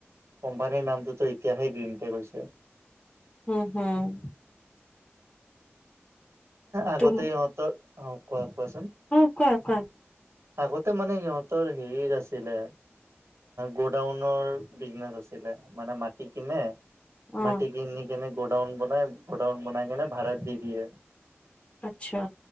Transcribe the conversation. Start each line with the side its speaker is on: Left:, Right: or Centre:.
Right: কোম্পানীৰ নামটোতো এতিয়াহে গ্ৰীণটেক হৈছে।
Left: উম হম।
Right: আগতেই
Left: তুম
Right: অত অ কোৱা। কোৱাচোন
Left: অ কোৱা।
Right: আগতে মানে ইহঁতৰ হেৰিত আছিলে গোডাউনৰ। বিজনেছ আছিলে মানে মাটি কিনে
Left: অ',
Right: মাটি কিনি কেনে। গোডাউন বনাই গোডাউন বনাই কেনে ভাড়াত দি দিয়ে।
Left: আচ্ছা।